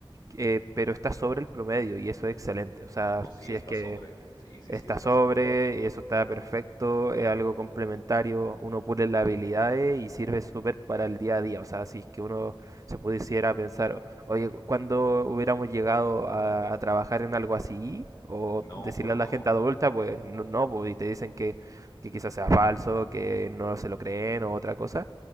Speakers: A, on the right; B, on the left.
A: eh, pero está sobre el promedio y eso es excelente. O sea,
B: ah, no, sí
A: si
B: está
A: es que
B: sobre, sí, sí,
A: está
B: sí está
A: sobre,
B: sobre.
A: y eso está perfecto, es algo complementario, uno pule las habilidades y sirve súper para el día a día, o sea, si es que uno se pudiera pensar, oye, ¿cuándo hubiéramos llegado a, a trabajar en algo así? O
B: No,
A: decirle
B: pues
A: a
B: no,
A: la gente adulta, pues no, no, pues, y te dicen que, que quizás sea falso, que no se lo creen o otra cosa